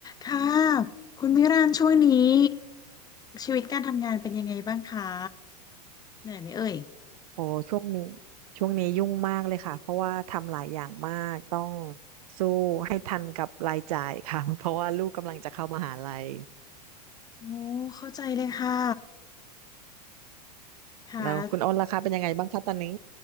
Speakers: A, on the left; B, on the right.
A: ค่ะคุณมิรันช่วงนี้ชีวิตการทำงานเป็นยังไงบ้างคะเหนื่อยไหมเอ่ย
B: โอ้ช่วงนี้ช่วงนี้ยุ่งมากเลยค่ะเพราะว่าทำหลายอย่างมากต้องสู้ให้ทันกับรายจ่ายค่ะ <laughs> เพราะว่าลูกกำลังจะเข้ามหาลัย
A: โอ้เข้าใจเลยค่ะค่ะแล้ว
B: แล้วคุณอ้นราคาเป็นยังไงบ้างคะตอนนี้